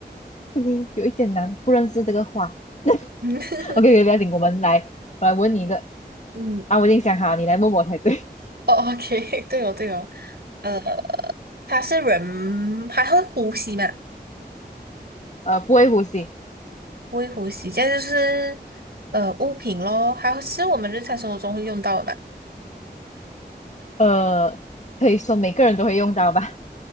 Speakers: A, on the left; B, on the right.
A: <laughs> 有一点难，不认识这个花。<laughs>
B: <laughs> 嗯，
A: OK，OK，不要紧，我们来，我来问你一个
B: 嗯。
A: 啊，我已经想好，你来问我才对。
B: 哦，OK，<laughs> 对哦对哦，呃，它是人，还会呼吸嘛？
A: <laughs> 呃，不会呼吸，
B: 不会呼吸，这样就是呃物品咯，还是我们日常生活中会用到的嘛？
A: 呃，可以说每个人都会用到吧？